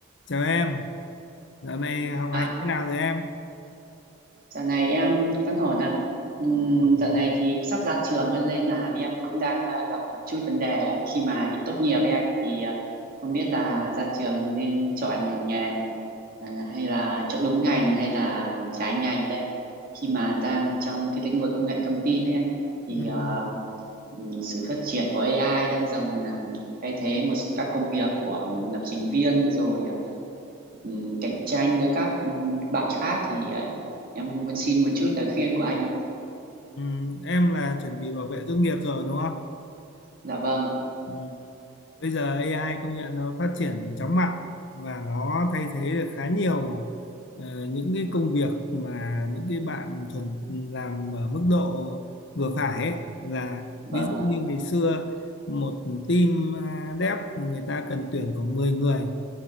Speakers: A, on the left; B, on the right.
A: Chào em, dạo này học
B: À,
A: hành thế nào rồi em?
B: dạo này em vẫn ổn ạ. Ừm,
A: Vâng
B: dạo này
A: ạ.
B: thì sắp ra trường ấy, nên là em cũng đang à, gặp chút vấn đề khi mà tốt nghiệp với anh thì à, không biết là ra trường thì nên chọn ngành nghề à, hay là chọn đúng ngành hay là trái ngành đây. Khi mà đang trong cái lĩnh vực công nghệ thông tin ấy anh thì
A: Ừ,
B: à, ừm, sự phát triển của AI đang dần à, thay thế một các công việc của lập trình viên rồi à, ừm, cạnh tranh giữa các ừm, bạn khác thì à, em muốn xin một chút lời khuyên của anh ạ.
A: ừ, em là chuẩn bị bảo vệ tốt nghiệp rồi đúng không?
B: Dạ vâng ạ.
A: Ừ. Bây giờ AI công nhận nó phát triển chóng mặt ấy, và nó thay thế được khá nhiều ờ, những cái công việc mà những cái bạn thuần làm ở mức độ vừa phải ấy, là
B: Vâng
A: ví dụ
B: ạ.
A: như ngày xưa một team à, dev người ta cần tuyển khoảng mười người